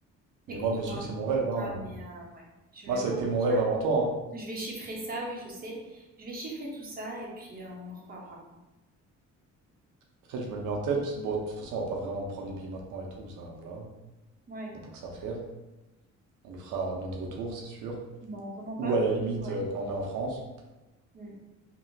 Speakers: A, on the right (about 85°); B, on the right (about 30°).
A: Mais
B: Écoute,
A: moi, bien sûr
B: on en
A: que
B: discutera,
A: c'est mon rêve, hein.
B: mais euh, ouais, je vais
A: Moi, ça
B: voir
A: a été mon
B: déjà.
A: rêve avant toi. hein.
B: Je vais chiffrer ça, oui, je sais. Je vais chiffrer tout ça et puis euh, on en reparlera.
A: Après, je me le mets en tête, parce que bon, de toute façon, on va pas vraiment prendre les billets maintenant et tout, ça, voilà. On
B: Ouais,
A: n'a pas que ça à faire. On le fera à notre retour, c'est sûr.
B: non, vraiment pas.
A: Ou à la limite,
B: Ouais.
A: euh, quand on est en France.
B: Mm.